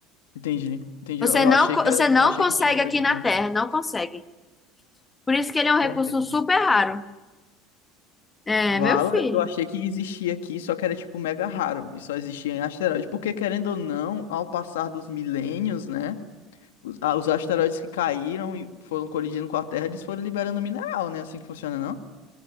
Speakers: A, on the left; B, on the left.
A: entendi, entendi.
B: Você
A: Eu, eu
B: não,
A: achei
B: co-
A: que
B: você
A: era, eu
B: não
A: achei
B: consegue
A: que tinha por
B: aqui
A: aqui
B: na
A: também.
B: Terra, não consegue. Por isso que ele é um recurso
A: Eu achei que...
B: super
A: fosse.
B: raro. É,
A: Vala,
B: meu filho.
A: eu achei que existia aqui, só que era tipo mega raro e só existia em asteroide. Porque querendo ou não, ao passar dos milênios, né? Os, ah, os asteroides que caíram e foram colidindo com a Terra, eles foram liberando mineral, né? Assim que funciona, não?